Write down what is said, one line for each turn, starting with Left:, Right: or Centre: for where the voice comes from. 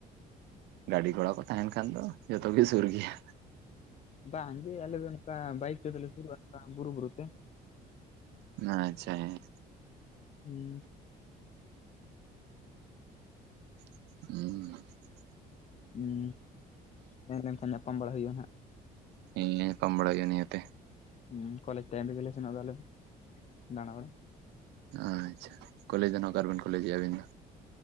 Right: ᱜᱟᱹᱰᱤ ᱜᱷᱚᱲᱟ ᱠᱚ ᱛᱟᱦᱮᱱ ᱠᱷᱟᱱ ᱫᱚ ᱡᱚᱛᱚ ᱜᱮ ᱥᱩᱨ ᱜᱮᱭᱟ᱾
Left: ᱵᱟᱝ ᱜᱮ ᱟᱞᱮ ᱫᱚ ᱱᱚᱝᱠᱟ ᱵᱟᱭᱤᱠ ᱛᱮ ᱫᱚᱞᱮ ᱥᱩᱨᱩ-ᱟ ᱱᱚᱝᱠᱟ ᱵᱩᱨᱩ ᱵᱩᱨᱩ ᱛᱮ᱾
Right: ᱟᱪᱪᱷᱟ ᱦᱮᱸ᱾
Left: ᱦᱩᱸ᱾
Right: ᱩᱸ᱾
Left: ᱩᱸ ᱥᱮᱱ ᱞᱮᱱᱠᱷᱟᱱ ᱧᱟᱯᱟᱢ ᱵᱟᱲᱟ ᱦᱩᱭᱩᱜᱼᱟ ᱱᱟᱦᱟᱜ᱾
Right: ᱦᱮᱸ ᱧᱟᱯᱟᱢ ᱵᱟᱲᱟ ᱜᱮ ᱱᱤᱦᱟᱹᱛᱮ᱾
Left: ᱦᱮᱸ ᱠᱚᱞᱮᱡᱽ ᱴᱟᱭᱤᱢ ᱨᱮᱜᱮ ᱞᱮ ᱥᱮᱱᱚᱜ ᱫᱚ ᱟᱯᱮ ᱦᱚ ᱫᱟᱬᱟ ᱵᱟᱲᱟ ᱾
Right: ᱟᱪᱪᱷᱟ ᱠᱚᱞᱮᱡ ᱫᱚ ᱱᱟᱦᱟᱜ ᱚᱠᱟᱨᱵᱮᱱ ᱠᱚᱞᱮᱡᱮᱜ-ᱟ ᱟᱹᱵᱤᱱ ᱫᱚ?